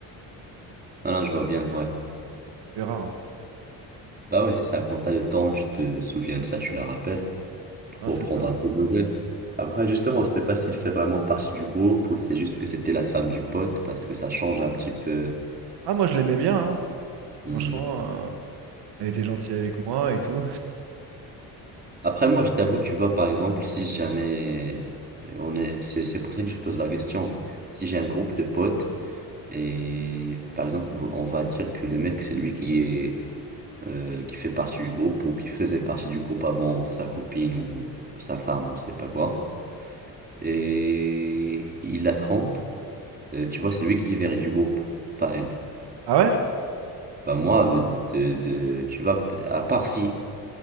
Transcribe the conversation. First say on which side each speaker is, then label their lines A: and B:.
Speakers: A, on the right; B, on the right.
A: Ah non, je vois bien, ouais.
B: on verra. hein.
A: Bah ouais, c'est ça, quand t'as le temps, tu te souviens de ça, tu la rappelles.
B: Ah,
A: pour
B: c'est
A: prendre
B: ça.
A: un peu de nouvelles. Après, justement, on ne sait pas s'il fait vraiment partie du groupe ou c'est juste que c'était la femme du pote parce que ça change un petit peu.
B: Ah, moi, je l'aimais bien, hein.
A: Hmm.
B: Franchement, euh, elle était gentille avec moi et tout.
A: Après, moi, je t'avoue, tu vois, par exemple, si jamais euh, on est, c'est, c'est pour ça que je pose la question. Si j'ai un groupe de potes et, par exemple, on va dire que le mec, c'est lui qui est, euh, qui fait partie du groupe ou qui faisait partie du groupe avant sa copine ou sa femme ou je sais pas quoi. Et il la trompe, euh, tu vois, c'est lui qui est viré du groupe, pas elle.
B: Ah ouais?
A: Bah moi, de, de, tu vois, à part si.